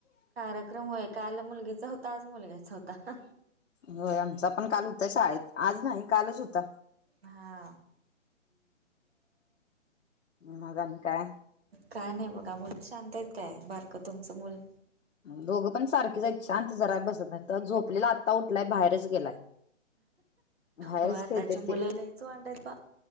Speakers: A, on the right; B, on the left.
A: कार्यक्रम होय काल मुलगीचा होता आज मुलग्याचा होता.
B: होय आमचा पण काल होता शाळेत आज नाही कालच होता.
A: हांं
B: मग आणि काय?
A: काय नाही बघा मुली शांत आहेत काय बारंक तुमचं मुल
B: दोघं पण सारखीच आहेत शांत जरा बसत नाही तर झोपलेला आता उठलाय बाहेरच गेलाय. बाहेरच
A: हो आताच्या
B: खेळते
A: मुलं
B: ते
A: लईच वांड ते बा